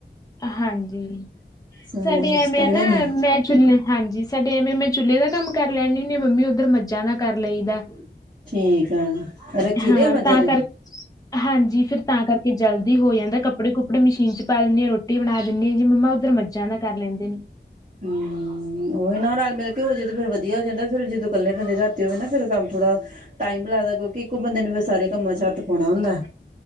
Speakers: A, on the left (about 20°); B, on the right (about 45°).
A: ਹਾਂਜੀ
B: ਸਾਰਾ
A: ਸਾਡੇ
B: ਵਿੱਚ
A: ਐਵੇਂ
B: ਇਕੱਲੇ
A: ਆ ਨਾ
B: ਨੂੰ
A: ਮੈਂ ਚੁ ਹਾਂਜੀ ਸਾਡੇ ਸਾਡੇ ਐਵੇਂ ਮੈਂ ਚੁੱਲੇ ਦਾ ਕੰਮ ਕਰ ਲੈਦੀ ਹੁੰਦੀ ਮੰਮੀ ਉੱਧਰ ਮੱਝਾਂ ਦਾ ਕਰ ਲਈ ਦਾ
B: ਠੀਕ ਆ ਰੱਖੀ
A: ਹਾਂ
B: ਦੇ ਆ ਮੱਝਾਂ
A: ਤਾਂ
B: ਤੁਸੀਂ
A: ਕਰਕੇ ਹਾਂਜੀ ਫਿਰ ਤਾਂ ਕਰਕੇ ਕਿ ਜਲਦੀ ਹੋ ਜਾਂਦਾ ਕੱਪੜੇ ਕੁੱਪੜੇ ਮਸ਼ੀਨ ਚ ਪਾ ਦਿੰਦੇ ਆਾਂ ਰੋਟੀ ਬਣਾ ਦਿੰਦੀ ਹਾਂ ਜੀ ਮੰਮਾ ਉੱਧਰ ਮੱਝਾਂ ਦਾ ਕਰ ਲੈਂਦੇ ਨੇ
B: ਹਮ ਉਹੀ ਨਾ ਰਲ ਮਿਲ ਕੇ ਹੋ ਜਾੇ ਤੇ ਫਿਰ ਵਧੀਆ ਹੋ ਜਾਂਦਾ ਫਿਰ ਜਦੋਂ ਇਕੱਲੇ ਬੰਦੇ ਰਾ ਹੋਵੇ ਨਾ ਫੇਿਰ ਕੰਮ ਥੋੜਾ ਟਾਈਮ ਲੱਗਦਾ ਕਿਉਂਕਿ ਇੱਕੋ ਬੰਦੇ ਨੂੰ ਫਿਰ ਸਾਰੇ ਕੰਮ ਚ ਹੱਥ ਪਾਉਣਾ ਹੁੰਦਾ